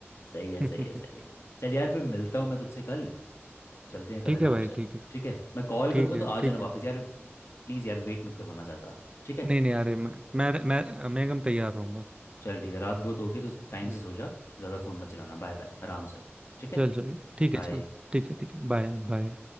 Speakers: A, on the left (about 70°); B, on the right (about 20°).
A: सही है
B: <laughs>
A: सही है सही है चल यार फिर मिलता हूँ मैं तुझसे कल चलते हैं कल
B: ठीक
A: आराम
B: है भाई
A: से
B: ठीक है
A: ठीक है मैं कॉल
B: ठीक
A: करूँगा
B: है
A: तो आ
B: ठीक
A: जाना वापस
B: है
A: यार प्लीज़ यार वेट मत करवाना ज़्यादा ठीक है
B: नहीं नहीं अरे मैं मैं मैं मैं एकदम तैयार रहूंगा
A: चल ठीक है रात बहुत होगी तो टाइम
B: हम्म।
A: से सो जा ज़्यादा फ़ोन मत चलाना बाय बाय आराम से ठीक है
B: चल चल ठीक
A: बाय
B: है चल ठीक है ठीक है Bye bye